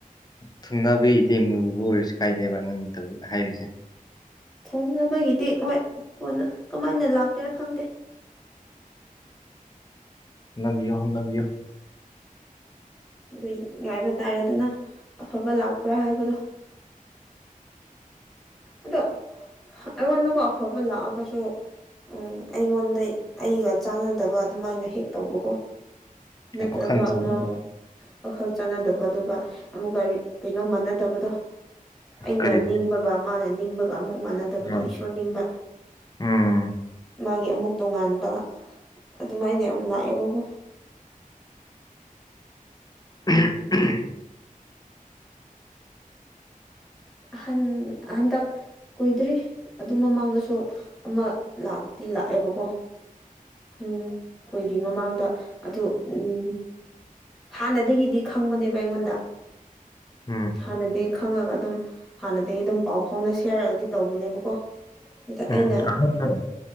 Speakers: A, on the left; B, in the centre.
A: ꯊꯨꯡꯅꯕꯤꯗꯤꯦ ꯃꯨꯕ ꯑꯣꯏꯔꯁꯨ ꯀꯥꯏꯗꯦꯕ ꯅꯪꯧ ꯍꯥꯏꯔꯤꯁꯦ
B: ꯊꯣꯡꯅꯕꯒꯤꯗꯤ ꯍꯣꯏ ꯀꯣꯟꯅ ꯀꯃꯥꯏꯅ ꯂꯥꯛꯀꯦꯔꯥ ꯈꯪꯗꯦ
A: ꯎꯝꯅꯕꯤꯌꯣ ꯍꯅꯕꯤꯌꯣ
B: ꯑꯗꯨ ꯉꯥꯏꯕ ꯇꯥꯔꯦꯗꯅ ꯑꯐꯕ ꯂꯥꯛꯄ꯭ꯔꯥ ꯍꯥꯏꯕꯗꯣ ꯑꯗꯣ ꯑꯩꯉꯣꯟꯗꯀꯣ ꯑꯐꯕ ꯂꯥꯛꯑꯒꯁꯨ ꯎꯝ ꯑꯩꯉꯣꯟꯗ ꯑꯩꯒ ꯆꯥꯟꯅꯗꯕ ꯑꯗꯨꯃꯥꯏꯅ ꯍꯦꯛ ꯇꯧꯕꯀꯣ ꯅꯠꯇ꯭ꯔꯒ
A: ꯋꯥꯈꯜ ꯆꯪꯗꯕ
B: ꯑꯃ ꯋꯥꯈꯜ ꯆꯥꯟꯅꯗꯕ ꯑꯗꯨꯒ ꯑꯃꯨꯛ ꯒꯥꯔꯤ ꯀꯩꯅꯣ ꯃꯥꯟꯅꯗꯕꯗꯣ ꯑꯩꯅ
A: ꯀꯔꯤ
B: ꯅꯤꯡꯕꯒ ꯃꯥꯅ ꯅꯤꯡꯕꯒ ꯑꯃꯨꯛ ꯃꯥꯟꯅꯗꯕꯗꯣ
A: ꯎꯝ
B: ꯏ ꯔꯅꯤꯡꯗ
A: ꯎꯝ
B: ꯃꯥꯒꯤ ꯑꯃꯨꯛ ꯇꯣꯉꯥꯟꯕ ꯑꯗꯨꯃꯥꯏꯅ ꯌꯥꯝ ꯂꯥꯛꯑꯦꯕꯀꯣ
A: ꯎꯝ ꯎꯝ
B: ꯍꯟ ꯍꯟꯗ ꯀꯨꯏꯗ꯭ꯔꯤ ꯑꯗꯨ ꯃꯃꯥꯡꯗꯁꯨ ꯑꯃ ꯂꯥꯛꯇꯤ ꯂꯥꯛꯑꯦꯕꯀꯣ ꯎꯝ ꯑꯣꯏꯣꯏꯗꯣꯏ ꯃꯃꯥꯡꯗ ꯑꯗꯨ ꯎꯝ ꯍꯥꯟꯅꯗꯒꯤꯗꯤ ꯈꯪꯕꯅꯦꯕ ꯑꯩꯉꯣꯟꯗ
A: ꯎꯝ
B: ꯍꯥꯟꯅꯗꯤ ꯈꯪꯉꯒ ꯑꯗꯨꯝ ꯍꯥꯟꯅꯗꯒꯤ ꯑꯗꯨꯝ ꯄꯥꯎ ꯐꯥꯎꯅ ꯁꯤ ꯍꯥꯏꯔꯒꯗꯤ ꯇꯧꯕꯅꯦꯕꯀꯣ ꯑꯗꯨꯗ
A: ꯎꯝ
B: ꯑꯩꯅ
A: ꯑꯍꯟꯔꯣ